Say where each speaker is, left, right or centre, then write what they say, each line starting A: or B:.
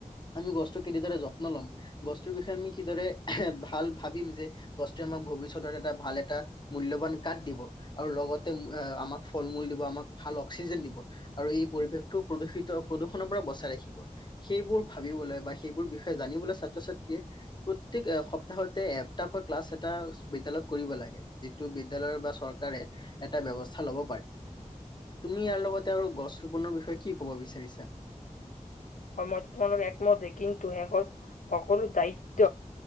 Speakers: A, on the left; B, on the left.
A: আমি গছটো কেনে দৰে যত্ন ল'ম গছটোৰ বিষয়ে আমি কিদৰে <unintelligible> ভাল ভাবিম যে, গছটোৱে আমাক ভৱিষ্যতৰ এটা ভাল এটা মূল্যবান কাঠ দিব, আৰু লগতে আমাক ফল-মূল দিব, আমাক ভাল অক্সিজেন দিব। আৰু এই পৰিৱেশটো প্ৰদূষিত প্ৰদূষণৰ পৰা বচাই ৰাখিব। সেইবোৰ ভাবিবলৈ বা সেইবোৰ বিষয়ে জানিবলৈ ছাত্ৰ-ছাত্ৰীয়ে প্ৰত্যেক এ সপ্তাহতে এটাকৈ ক্লাছ এটা বিদ্যাললয়ত কৰিব লাগে। যিটো বিদ্যালয়ত বা চৰকাৰে এটা ব্যৱস্থা ল'ব পাৰে। তুমি ইয়াৰ লগতে আৰু গছ ৰোপনৰ বিষয়ে কি ক'ব বিচাৰিছা?
B: সময় তোমালোক একমতে, কিন্তু শেষত সকলো দায়িত্ব